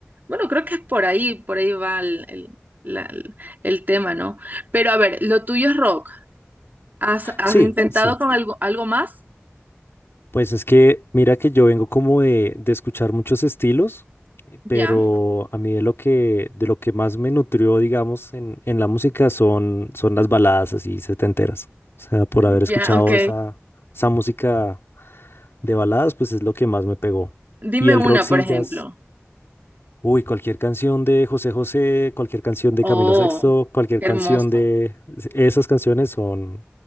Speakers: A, on the right (about 40°); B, on the left (about 60°).
A: Bueno, creo que es por ahí, por ahí va el, el- la- el tema, ¿no? Pero a ver, lo tuyo es rock. ¿Has, has
B: sí,
A: intentado
B: sí.
A: con algo, algo más?
B: Pues es que mira que yo vengo como de, de escuchar muchos estilos, eh, pero
A: Ya,
B: a mí de lo que, de lo que más me nutrió, digamos, en, en la música son, son las baladas así setenteras. O sea, por haber escuchado
A: ya, ok.
B: esa, esa música de baladas, pues es lo que más me pegó.
A: Dime
B: Y el
A: una,
B: rock sí,
A: por ejemplo.
B: jazz. Uy, cualquier canción de José José, cualquier canción de
A: Oh,
B: Camilo Sexto, cualquier
A: Qué
B: canción
A: hermoso.
B: de... Esas canciones son,